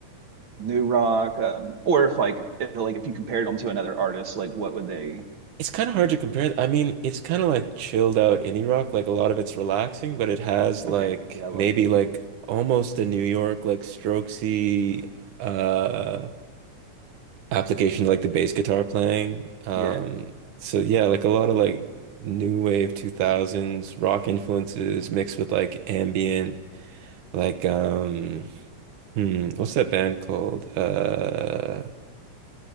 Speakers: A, on the right; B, on the right.
A: new rock um or if like if, like if you compared them to another artist like what would they
B: It's kind of hard to compare. I mean, it's kind of like chilled out indie rock. Like a lot of it's relaxing, but it has like
A: Okay, yeah, I love
B: maybe
A: it.
B: like almost a New York like Strokesy uh application like the bass guitar playing. Um
A: Yeah.
B: so yeah, like a lot of like new wave 2000s rock influences mixed with like ambient like um hmm, what's that band called? Uh